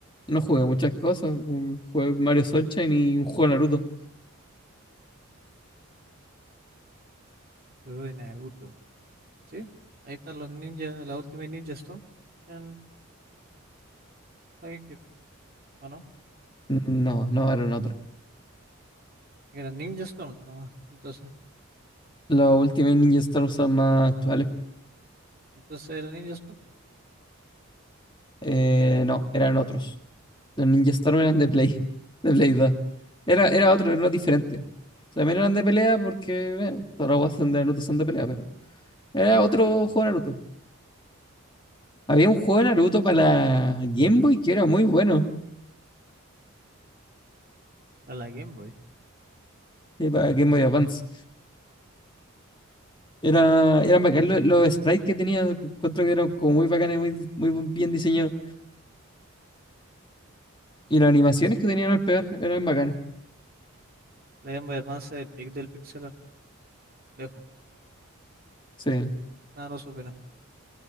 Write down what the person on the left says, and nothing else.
no jugué muchas cosas. como Jugué Mario Sunshine y un juego de Naruto.
Mm, No, no, eran otros.
Los Ultimate Ninja Stars son más actuales.
Eh, no, eran otros. Los Ninja Storm eran de Play, de Play 2. Era, era otro, era uno diferente. También eran de pelea porque eh, todas las guas de Naruto son de pelea, pero era otro juego de Naruto. Había un juego de Naruto para la Game Boy que era muy bueno,
eh, para Game Boy Advance. Era, eran bacán lo- los, sprites que tenía, encuentro que eran como muy bacanes, muy, muy bien diseñados. Y las animaciones que tenían al pegar eran bacanas.
Sí.